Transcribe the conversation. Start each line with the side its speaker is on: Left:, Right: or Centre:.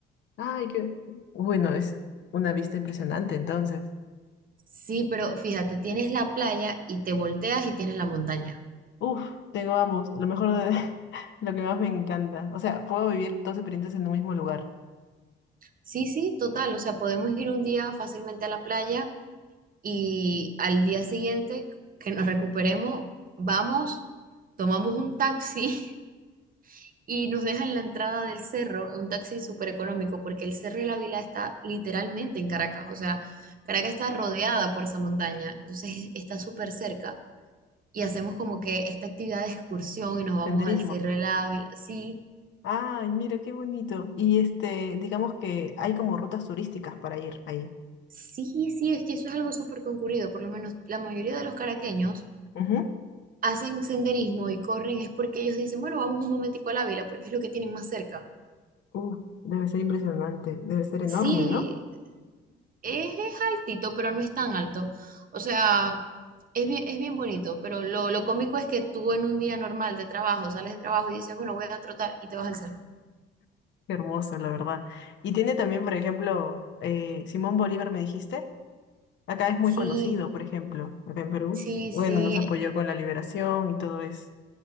Left: Ay, qué. Bueno, es una vista impresionante entonces.
Right: Sí, pero fíjate, tienes la playa y te volteas y tienes la montaña.
Left: Uf, tengo ambos. Lo mejor de <laughs> lo que más me encanta. O sea, puedo vivir dos experiencias en un mismo lugar.
Right: Sí, sí, total. O sea, podemos ir un día fácilmente a la playa y al día siguiente que nos recuperemos, vamos, tomamos un taxi <laughs> y nos dejan en la entrada del cerro, un taxi súper económico, porque el Cerro de la Vila está literalmente en Caracas. O sea, Caracas está rodeada por esa montaña, entonces está súper cerca y hacemos como que esta actividad de excursión y nos vamos
Left: Senderismo.
Right: al Cerro de la Vila. Sí,
Left: Ay, mira qué bonito. Y este, digamos que hay como rutas turísticas para ir ahí.
Right: sí, sí, es que eso es algo súper concurrido. Por lo menos la mayoría de los caraqueños
Left: Ujú.
Right: hacen senderismo y corren es porque ellos dicen, bueno, vamos un momentico a la vela porque es lo que tienen más cerca.
Left: Uf, debe ser impresionante, debe ser enorme,
Right: Sí,
Left: ¿no?
Right: es, es altito, pero no es tan alto. O sea, es bien, es bien bonito, pero lo, lo cómico es que tú en un día normal de trabajo, sales de trabajo y dices, bueno, voy a trotar y te vas al cerro.
Left: Qué hermoso, la verdad. Y tiene también, por ejemplo, eh, Simón Bolívar, me dijiste. Acá es muy
Right: Sí,
Left: conocido, por ejemplo, acá en Perú.
Right: sí,
Left: Bueno,
Right: sí,
Left: nos apoyó con la liberación y todo eso.